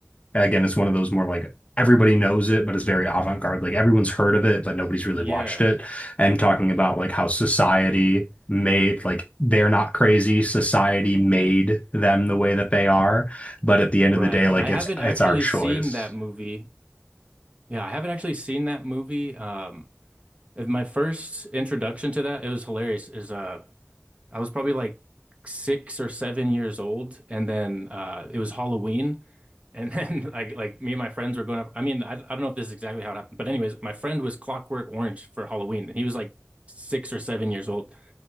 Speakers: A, on the left; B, on the right.
A: again, it's one of those more like everybody knows it, but it's very avant-garde. Like everyone's heard of it, but nobody's really
B: Yeah,
A: watched it. And talking about like how society made like they're not crazy, society made them the way that they are, but at the end
B: right.
A: of the day, like
B: I haven't
A: it's
B: actually
A: it's our choice.
B: seen that movie. Yeah, I haven't actually seen that movie. Um, if my first introduction to that, it was hilarious. Is uh, I was probably like six or seven years old, and then uh, it was Halloween, and then <laughs> like like me and my friends were going up. I mean, I, I don't know if this is exactly how it happened, but anyways, my friend was Clockwork Orange for Halloween, and he was like six or seven years old,